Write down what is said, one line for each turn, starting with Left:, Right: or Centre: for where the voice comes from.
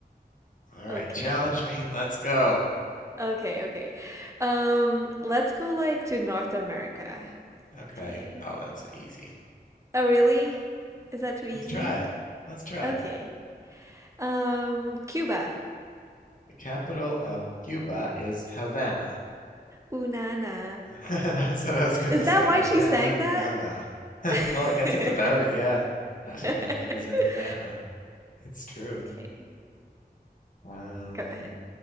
Left: All right.
Right: Okay.
Left: Challenge me. Let's go.
Right: Okay, okay. Um, let's go like to North America.
Left: Okay.
Right: Okay.
Left: Oh, that's easy.
Right: Oh, really? Is that too easy?
Left: Let's try it. Let's try
Right: Okay.
Left: it.
Right: Um, Cuba.
Left: The capital of Cuba is Havana.
Right: Ooh, na na.
Left: <laughs> That's what I was gonna
Right: Is
Left: say.
Right: that why
Left: Havana
Right: she sang
Left: Unana.
Right: that?
Left: <laughs> Well,
Right: <laughs>
Left: I guess it's about it, yeah. Half
Right: <laughs>
Left: of my heart is in Havana. It's true.
Right: Okay,
Left: Um,
Right: go ahead.